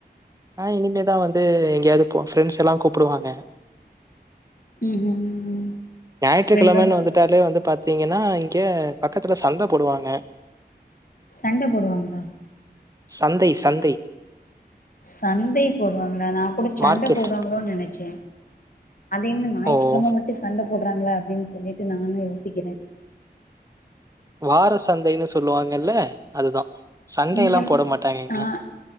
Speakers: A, on the right (about 20°); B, on the left (about 55°).
A: ஆஹ் இனிமேதான் வந்து எங்கேயாவது இப்போ ஃபிரெண்ட்ஸெல்லாம் கூப்டுவாங்க
B: ம் ம் ம்
A: ஞாயிற்றுகிழமன்னு
B: ஃப்ரெண்டோட
A: வந்துட்டாலே வந்து பாத் பாத்திங்கன்னா இங்க பக்கத்துல சந்த போடுவாங்க
B: சண்ட போடுவாங்களா
A: சந்தை சந்தை
B: சந்தை போடுவாங்களா நான் கூட சண்ட
A: மார்க்கெட்.
B: போடுவாங்களோனு நெனைச்சே அது என்ன ஞாயிற்றுக்கிழம
A: ஓ!
B: மட்டும் சண்ட போடுறாங்களா அப்டின்னு சொல்லிட்டு நானும் யோசிக்கிறே
A: வார சந்தைன்னு சொல்லுவாங்கல்ல அதுதான் சண்டையெல்லாம்
B: இங்கள்
A: போட மாட்டாங்கங்க
B: ஆஹ்